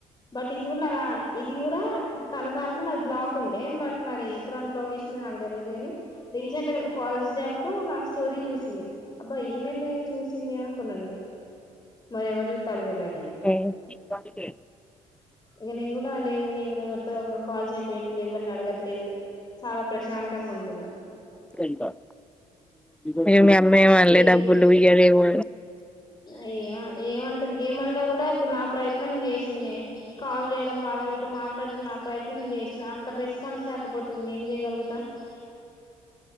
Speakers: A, on the left; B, in the centre.
A: బట్ ఇది ఉన్నదా ఇది గూడా తన దాంట్లో నాది బ్లాక్ ఉండే బట్ మరి ఎప్పుడు అన్బ్లాక్ జేసిందో నాకు దెలవదు గానీ రీసెంట్గా ఫాదర్స్ డే అప్పుడు నా స్టోరీ చూసింది అబ్బా ఈమెంది చూసింది అనుకున్నా నేను మరి ఎవరు జూత్తారో దెలువది
B: ఏ సిక్స్ ఫార్టీకే
A: ఇగ నేన్ గూడా లేదు నేన్ గూడా ఎవరితో ఒక కాల్ చేపియట్లేదు ఎవరిని అడగట్లేదు చాలా ప్రశాంతంగా ఉంటున్నా
B: ఇగ మీ అత్త మేవళ్ళే
A: ఏదో
B: డబ్బులు ఇగ లేవు
A: ఏ ఏమంటది ఏమన్నా కూడా ఇప్పుడు నా ప్రయత్నం జేసింన్నే కాల్ జేయడం వాళ్ళ వీళ్ళతో మాట్లాడం నా ప్రయత్నం జేసిన అక్కడ రెస్పాన్స్ రాకపోతే ఏం నేనేం జేయ గలుగుతా పోత